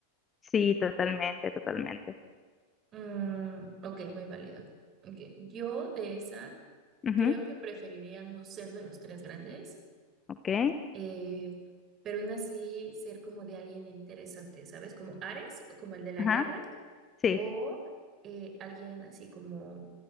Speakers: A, on the left; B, on the right.
A: sí, totalmente, totalmente.
B: Mm, ok, muy válido. Ok, Yo de esa
A: Ujú,
B: creo que preferiría no ser de los tres grandes,
A: Ok,
B: eh, pero aún así ser como de alguien interesante, ¿sabes? Como Ares, o como el de la
A: ajá,
B: guerra,
A: sí.
B: o eh, alguien así como